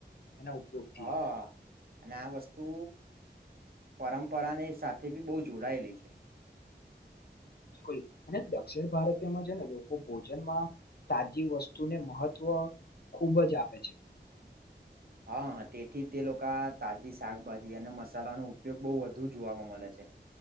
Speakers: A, on the left; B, on the right.
A: એના ઉપયોગથી
B: હા અને આ વસ્તુ પરંપરાને સાથે બી બહુ જોડાયેલી છે
A: બિલકુલ અને દક્ષિણ ભારતીયમાં છે ને લોકો ભોજનમાં તાજી વસ્તુને મહત્ત્વ ખૂબ જ આપે છે
B: હા તેથી તે લોકો તાજી શાકભાજી અને મસાલાનો ઉપયોગ બહુ વધુ જોવાવામાં મળે છે